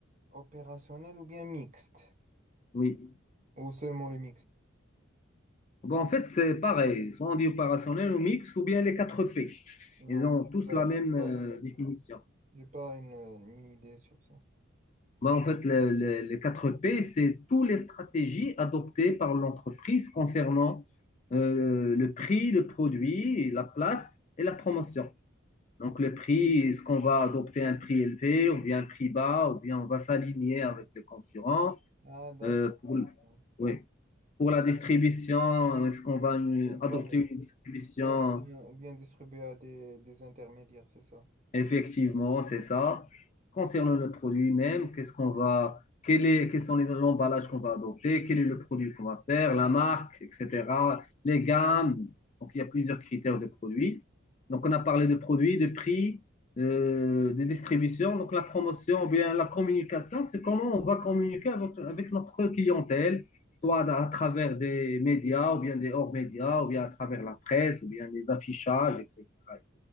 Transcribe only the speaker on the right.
opérationnel ou bien mixte.
Ou seulement le mixte.
Non,
je
n'ai pas,
j'ai
pas,
j'ai pas une, une idée sur ça.
Ah, d'accord,
d'accord.
On
va
ou bien, ou bien distribuer à des, des intermédiaires, c'est ça.
Ouais,